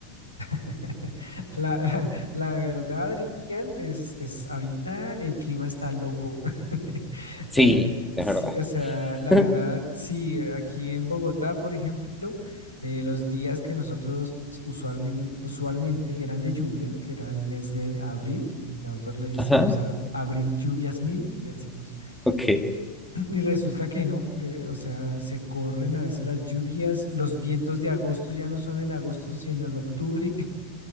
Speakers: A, on the left; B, in the centre.
A: <laughs> La, la- la verdad, Adrián, es, es ahorita el clima está loco. <laughs>
B: Sí,
A: Eh,
B: es
A: sí,
B: verdad.
A: o sea, la
B: <laughs>
A: verdad, sí, eh, aquí en Bogotá, por ejemplo, eh, los días que nosotros usualmente, usualmente eran de lluvia, que era el mes de abril, nosotros le decimos
B: Ajá,
A: a- abril lluvias mil, le decimos,
B: ok,
A: <clears throat> y resulta que no, de- o sea, se corren a veces las lluvias, los vientos de agosto ya no son en agosto, sino en octubre